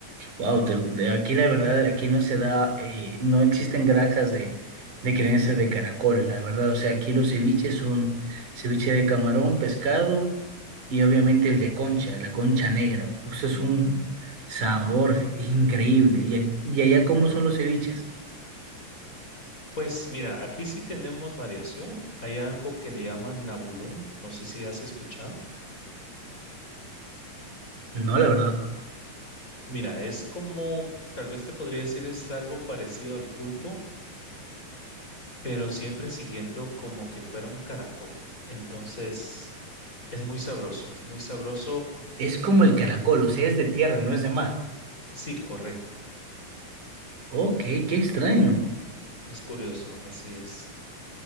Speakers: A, on the right; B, on the left.
A: Wow, de aquí la verdad, aquí no se da, eh, no existen granjas de, de crianza de caracol, la verdad. O sea, aquí los ceviches son ceviche de camarón, pescado y obviamente el de concha, la concha negra. Eso es un sabor increíble. ¿Y, a- y allá cómo son los ceviches?
B: Pues mira, aquí sí tenemos variación, hay algo que le llaman nabulón, no sé si has escuchado.
A: No, la verdad.
B: Mira, es como, tal vez te podría decir, es algo parecido al pulpo, pero siempre siguiendo como que fuera un caracol. Entonces... Es muy sabroso, es muy sabroso.
A: Es como
B: Eh,
A: el caracol, o sea, es de tierra, no es de mar.
B: Sí, correcto.
A: Ok, qué extraño.
B: Es curioso, así es.